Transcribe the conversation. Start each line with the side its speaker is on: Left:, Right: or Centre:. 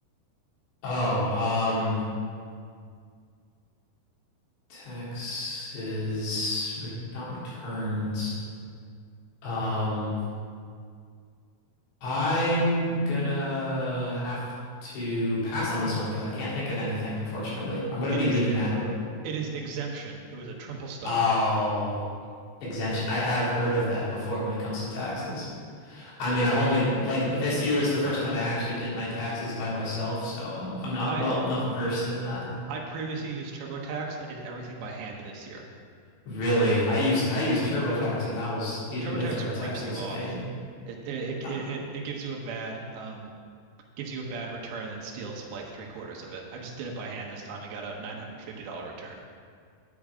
Left: Oh, um, taxes, re not returns. Um, I'm gonna have to pass on this one because I can't think of anything, unfortunately. I'm gonna
Right: It
Left: be
Right: is
Left: really mad with,
Right: it is exemption. It was a triple stumper.
Left: oh, exemption. I have heard of that before when it comes to taxes. I mean, I've only like this year was the first time I actually did my taxes by myself, so I'm I'm not
Right: I
Left: well enough versed in that.
Right: I previously used TurboTax. I did everything by hand this year.
Left: Really, I used I used TurboTax, and that was even
Right: TurboTax
Left: with TurboTax,
Right: rips
Left: it
Right: you
Left: was
Right: off.
Left: a pain.
Right: It it
Left: Uh,
Right: it it, it gives you a bad um gives you a bad return and then steals like three quarters of it. I just did it by hand this time and got a $950 return.